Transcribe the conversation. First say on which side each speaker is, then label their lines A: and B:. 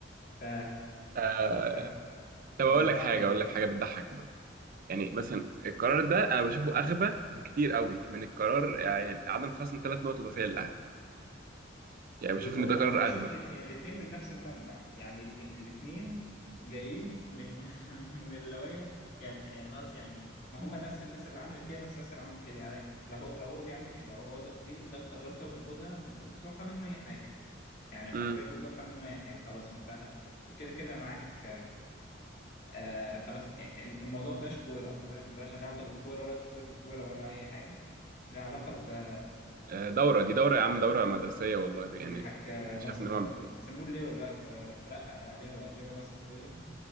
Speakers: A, on the left; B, on the right.
A: ف...
B: آه...
A: <laughs>
B: طب
A: فالموضوع
B: اقول لك حاجه
A: غريب
B: اقول لك حاجه بتضحك برضه يعني مثلا القرار ده انا بشوفه اغبى بكتير قوي من القرار يعني عدم خصم ثلاث نقط اضافيه للاهلي يعني بشوف
A: والله
B: ان ده قرار
A: انا شايف
B: اغبى
A: الاثنين من نفس المنبع يعني الاثنين جايين من <laughs> من اللوايح يعني يعني قصدي يعني ما هم نفس الناس اللي عملت كده نفس الناس اللي عملت كده يعني لو هو لو هو بيعمل لو هو ده دي ده القرارات لو بياخدها فانت ممكن تتوقع منه اي حاجه يعني
B: امم
A: حرفيا ممكن تتوقع منه اي حاجه خلاص انت انت كده كده معاك آه خلاص يعني الموضوع ما بقاش كوره ما بقاش ما بقاش له علاقه بالكوره ولا تطوير الكوره ولا اي حاجه له علاقه ب-
B: آه، دوره دي
A: بال
B: دوره يا عم دوره مدرسيه والله
A: بالحاج
B: يعني شايف
A: ناصر
B: ان هو
A: بيسموه اللواء دلوقتي بقى اترقى بقى لواء اللواء ناصر سويلم